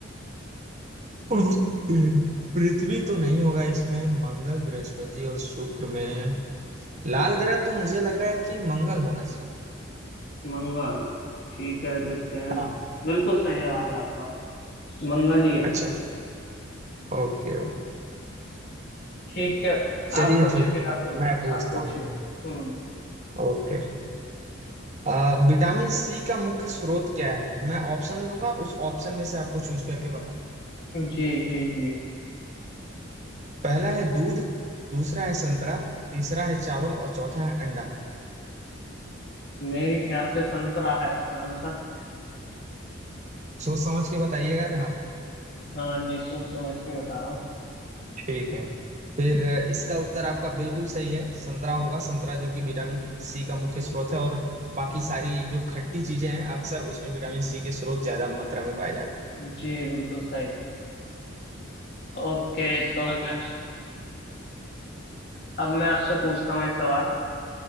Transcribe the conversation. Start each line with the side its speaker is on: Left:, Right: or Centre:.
Right: ओके पृथ्वी तो नहीं होगा इसमें मंगल बृहस्पति और शुक्र में लाल ग्रह तो मुझे लग रहा है कि मंगल होना चाहिए
Left: मंगल ठीक है देखते हैं
Right: हाँ
Left: बिल्कुल सही जवाब है आपका मंगल ही है
Right: अच्छा ओके ओके
Left: ठीक है
Right: चलिए
Left: आप पूछिए
Right: फिर
Left: आप
Right: मैं पूछता
Left: आप पूछिए
Right: हूँ
Left: हम्म
Right: ओके आ, विटामिन सी का मुख्य स्रोत क्या है मैं ऑप्शन दूंगा उस ऑप्शन में से आपको चूज करके बताना
Left: जी जी जी
Right: पहला है दूध दूसरा है संतरा तीसरा है चावल और चौथा है अंडा
Left: मेरे ख्याल से संतरा है इसका आंसर
Right: सोच समझ के बताइएगा जनाब
Left: हाँ जी सोच समझ के बता रहा हूँ
Right: ठीक है फिर अ, इसका उत्तर आपका बिल्कुल सही है संतरा होगा संतरा जो कि विटामिन सी का मुख्य स्रोत है और बाकी सारी जो खट्टी चीजें हैं अक्सर उसमें विटामिन सी के स्रोत ज्यादा मात्रा में पाए जाते हैं
Left: जी बिल्कुल सही ओके तो मैं अब मैं आपसे पूछता हूँ एक सवाल